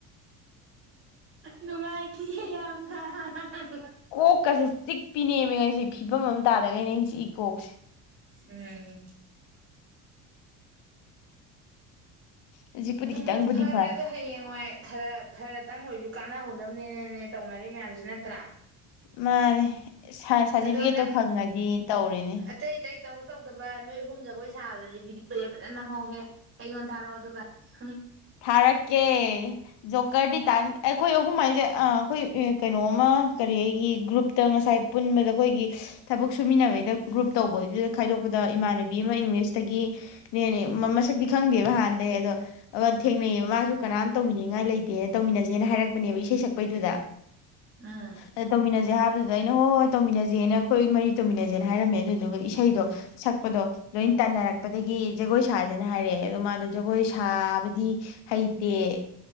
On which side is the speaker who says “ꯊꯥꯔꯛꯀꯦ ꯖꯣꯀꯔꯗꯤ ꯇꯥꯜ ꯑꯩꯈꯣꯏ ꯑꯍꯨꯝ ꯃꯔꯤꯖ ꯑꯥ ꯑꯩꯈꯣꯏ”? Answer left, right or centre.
Left